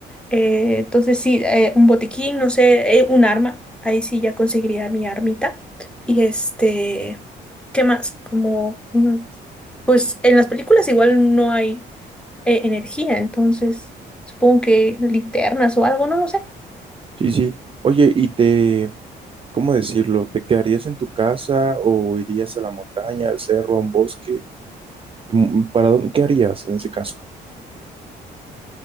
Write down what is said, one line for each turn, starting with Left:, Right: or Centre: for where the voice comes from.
Centre: Eh, entonces sí, eh, un botiquín, no sé, eh, un arma. Ahí sí ya conseguiría mi armita. Y este, ¿qué más? Como, mm, pues en las películas igual no hay eh, energía, entonces supongo que linternas o algo, no lo sé.
Right: Sí, sí. Oye, y te, ¿cómo decirlo? ¿Te quedarías en tu casa o irías a la montaña, al cerro, a un bosque? Mm, ¿Para dónde? ¿Qué harías en ese caso?